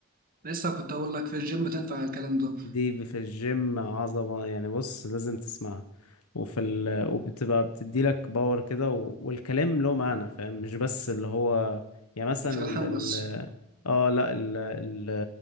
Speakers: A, on the right; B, on the left.
A: لسه كنت اقول لك في الجيم تنفع الكلام ده
B: دي في الجيم عظمة يعني بص لازم تسمعها وفي ال... وبتبقى بتدي لك باور كده و... والكلام له معنى فاهم مش بس اللي هو يعني مثلا
A: مش الحام
B: ال... ال...
A: بس
B: اه لا ال... ال...